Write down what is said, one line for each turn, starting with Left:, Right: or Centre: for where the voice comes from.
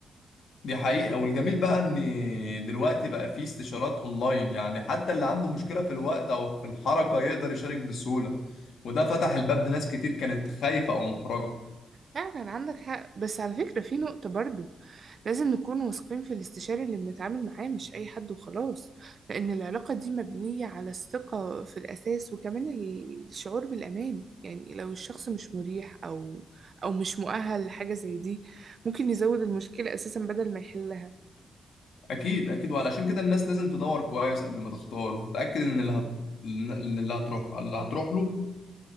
Left: دي حقيقه والجميل بقى ان دلوقتي بقى في استشارات اونلاين يعني حتى اللي عنده مشكله في الوقت او في الحركه يقدر يشارك بسهوله وده فتح الباب لناس كتير كانت خايفه او محرجه
Right: فعلا عندك حق بس على فكرة في نقطة برضو لازم نكون واثقين في الاستشاري اللي بنتعامل معاه مش أي حد وخلاص لأن العلاقة دي مبنية على الثقة في الأساس وكمان الشعور بالأمان يعني لو الشخص مش مريح أو أو مش مؤهل لحاجة زي دي ممكن يزود المشكلة أساسا بدل ما يحلها
Left: اكيد اكيد وعلشان كده الناس لازم تدور كويس قبل ما تختار وتتاكد ان اللي هت... ان اللي هتروح اللي هتروح له